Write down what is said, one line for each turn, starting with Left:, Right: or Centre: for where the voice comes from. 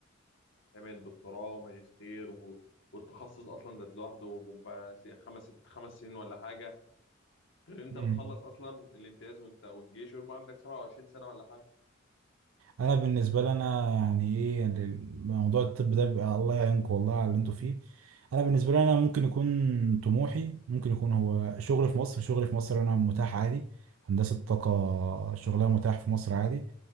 Left: تعمل دكتوراه وماجستير و... والتخصص اصلا ذات لوحده بيبقى س- خمس ست خمس سنين ولا حاجه غير ان انت
Right: مم.
Left: بتخلص اصلا الامتياز وانت والجيش ويبقى عندك 27 سنه ولا حاجه
Right: انا بالنسبه لي انا يعني ايه يعني موضوع الطب ده بيبقى الله يعينكم والله على اللي انتوا فيه انا بالنسبه لي انا ممكن يكون طموحي ممكن يكون هو شغل في مصر شغل في مصر انا متاح عادي هندسه طاقه شغلها متاح في مصر عادي